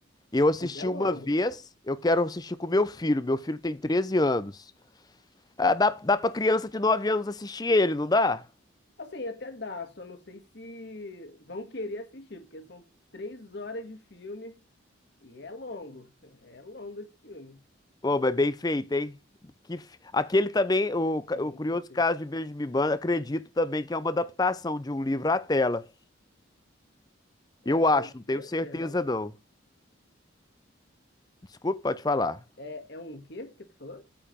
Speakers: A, on the left; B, on the left.
A: Eu assisti
B: Mas é longo.
A: uma vez, eu quero assistir com meu filho. Meu filho tem 13 anos. Ah, dá, dá pra criança de 9 anos assistir ele, não dá?
B: Assim, até dá, só não sei se vão querer assistir, porque são três horas de filme e é longo. <laughs> É longo esse filme.
A: Ô, mas bem feito, hein? Que, fi- aquele também, o, ca-
B: É muito
A: o Curioso
B: bem feito.
A: Caso de Benjamin Button, acredito também que é uma adaptação de um livro à tela.
B: É,
A: Eu acho,
B: é um
A: não
B: quê?
A: tenho certeza
B: Perdão?
A: não. Desculpe, pode falar.
B: É, é um quê que tu falou?